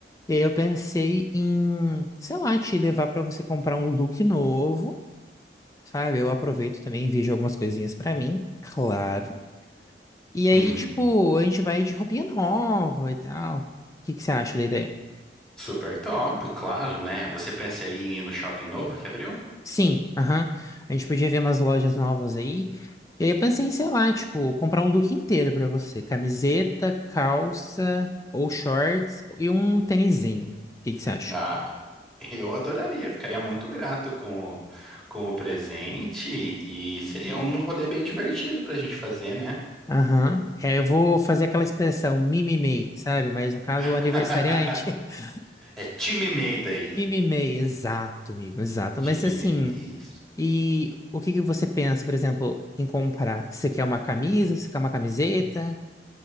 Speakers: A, on the left (about 20°); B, in the centre.
A: E aí eu pensei em, sei lá, te levar pra você comprar um look novo, sabe? Eu aproveito também, vejo algumas coisinhas pra mim, claro. E aí,
B: <laughs>
A: tipo, a gente vai de roupinha nova e tal. O que que você acha da ideia?
B: Super top, claro, né? Você pensa aí em ir no shopping novo que abriu?
A: Sim, aham. A gente podia ver umas lojas novas aí. E aí eu pensei em, sei lá, tipo, comprar um look inteiro pra você. Camiseta, calça ou shorts e um tênisinho. O que que você acha?
B: Ah, eu adoraria, ficaria muito grato com o, com o presente e seria um rolê bem divertido pra gente fazer, né?
A: Aham. É, eu vou fazer aquela expressão mimimei, sabe? Mas no caso,
B: <laughs>
A: o aniversariante. <laughs>
B: É time MEI daí.
A: Mimimei, exato, amigo, exato.
B: Time
A: Mas assim,
B: MEI, isso.
A: e o que que você pensa, por exemplo, em comprar? Você quer uma camisa? Você quer uma camiseta?